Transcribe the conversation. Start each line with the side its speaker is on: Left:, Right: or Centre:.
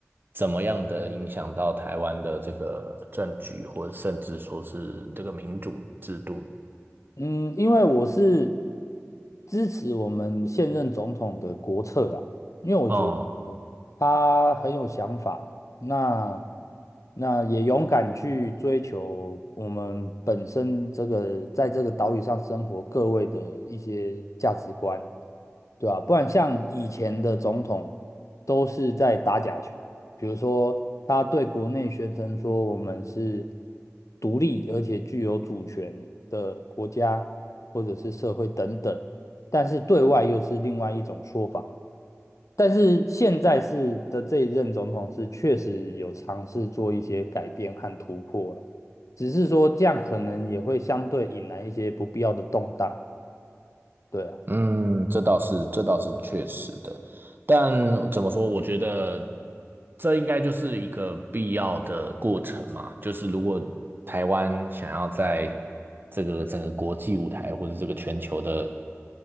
Right: 怎么样的影响到台湾的这个政局，或者甚至说是这个民主制度？
Left: 嗯，因为我是支持我们现任总统的国策啦，因为嗯我觉得
Right: 哦。
Left: 他很有想法，那那也勇敢去追求我们本身这个在这个岛屿上生活各位的一些价值观，对吧？不然像以前的总统都是在打假球。比如说，他对国内宣称说我们是独立而且具有主权的国家或者是社会等等，但是对外又是另外一种说法。但是现在是的这一任总统是确实有尝试做一些改变和突破了，只是说这样可能也会相对引来一些不必要的动荡。对啊，
Right: 嗯，这倒是，这倒是确实的。但怎么说？我觉得这应该就是一个必要的过程嘛。就是如果台湾想要在这个整个国际舞台或者这个全球的